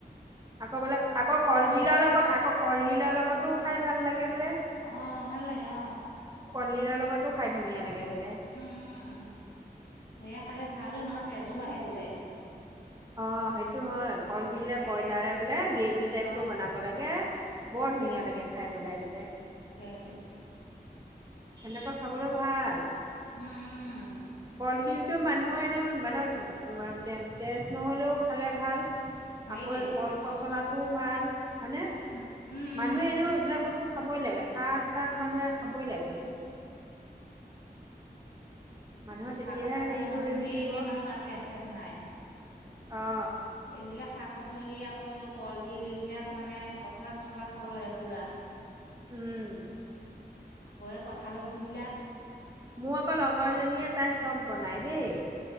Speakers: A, on the right (about 20°); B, on the left (about 75°).
A: আকৌ বোলে আকৌ কলডিলৰ লগত আকৌ কলডিলৰ লগতো খাই ভাল লাগে বোলে।
B: অ ভাল লাগে অ
A: দিলৰ লগতো খাই ধুনীয়া লাগে। বোলে
B: উম, উম, সেয়া খালে ভাল ঐ মানুহৰ তেজো বাঢ়ে বোলে।
A: অ সেইটো হয়।
B: তে
A: কল ডিলে
B: তেজ
A: ব্ৰইলাৰে বোলে গ্ৰেভি টাইপৰ
B: অ
A: বনাব লাগে বৰ বৰ ধুনীয়া লাগে খাই পেলাই বোলে।
B: সেইটো
A: সেনেকৈ খাবলৈ ভাল।
B: উম উম
A: কলডিলটো মানুহৰ এনেও মানত মা- তে- তেজ নহ'লেও খালে ভাল।
B: হেৰিটোৱেটো
A: আকৌ এ কল পচলা টোও ভাল। হয়নে?
B: উম, উম,
A: মানুহে
B: উম।
A: এনেও এইবিলাক বস্তু খাবৈ লাগে। শাক-চাক মানুহে খাবৈ লাগে। মানুহৰ
B: যে
A: তেতিয়াহে
B: শাক-চাক খালে
A: হেৰিটো
B: মানুহৰ
A: হেৰি
B: এনেই
A: হৈ থাকিব
B: এতিয়া মানুহৰ গাত তেজ চেজ নাই।
A: অ
B: এইবিলাক শাক পাচলি, আকৌ তোৰ কলডিল এইবিলাক মানে পচলা চচলা খাব লাগে পুৰা।
A: উম
B: আকৌ এই কঁঠালৰ গুটিবিলাক
A: মোৰ আকৌ লগৰ জনীয়ে তাই চব বনায় দেই।